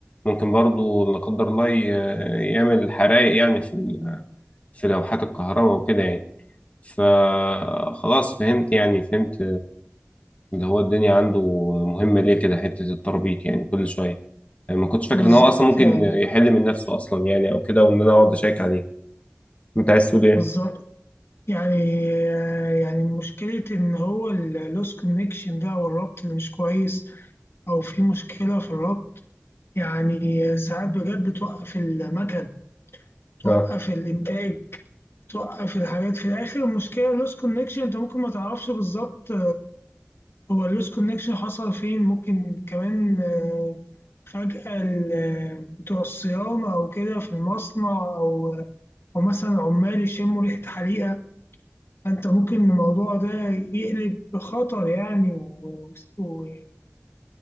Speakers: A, on the left; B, on the left.
A: ممكن برضو لا قدر الله ي- يعمل حرائق يعني في ال- في لوحات الكهرباء وكده يعني فخلاص فهمت يعني فهمت اللي هو الدنيا عنده مهمه ليه كده حته التربيط يعني كل شويه يعني ما كنتش فاكر
B: بالظبط
A: ان هو اصلا ممكن
B: يعني
A: يحل من نفسه اصلا يعني او كده وان انا اقعد اشيك عليه انت عايز تقول ايه
B: بالظبط يعني يعني مشكلة إن هو اللوس كونكشن ده أو الربط اللي مش كويس أو في مشكلة في الربط يعني ساعات بجد بتوقف المكن توقف
A: اه
B: الإنتاج توقف الحاجات في الآخر المشكلة اللوس كونكشن أنت ممكن ما تعرفش بالظبط هو اللوس كونكشن حصل فين ممكن كمان آه، فجأة ال- آه، بتوع الصيانة أو كده في المصنع أو أو مثلا عمال يشموا ريحة حريقة فأنت ممكن الموضوع ده يقلب بخطر يعني و- واضطر